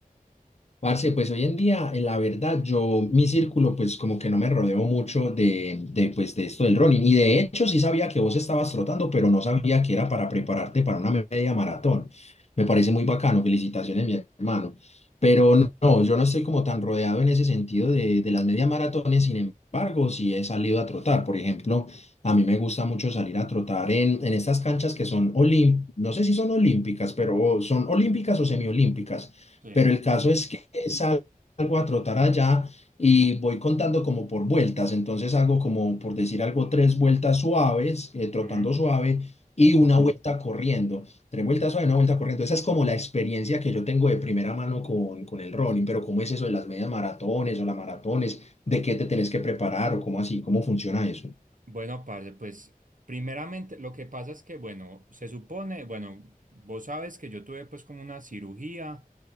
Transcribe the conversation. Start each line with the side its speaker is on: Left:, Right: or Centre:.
Left: Parce, pues hoy en día, eh, la verdad, yo, mi círculo, pues como que no me rodeo mucho de, de, pues, de esto del running. Y de hecho, sí sabía que vos estabas trotando, pero no sabía que era para prepararte para una media maratón. Me parece muy bacano, felicitaciones, mi hermano. Pero no, no, yo no estoy como tan rodeado en ese sentido de, de las medias maratones, sin embargo, sí he salido a trotar. Por ejemplo, a mí me gusta mucho salir a trotar en, en estas canchas que son olímpicas, no sé si son olímpicas, pero son olímpicas o semiolímpicas
Right: Sí.
Left: pero el caso es que salgo a trotar allá y voy contando como por vueltas. Entonces hago como, por decir algo, tres vueltas suaves, eh, trotando
Right: Ujú.
Left: suave y una vuelta corriendo. Tres vueltas suaves, una vuelta corriendo. Esa es como la experiencia que yo tengo de primera mano con, con el running. Pero ¿cómo es eso de las medias maratones o las maratones? ¿De qué te tenés que preparar o cómo así? ¿Cómo funciona eso?
Right: Bueno, parce, pues primeramente lo que pasa es que, bueno, se supone, bueno, vos sabes que yo tuve pues como una cirugía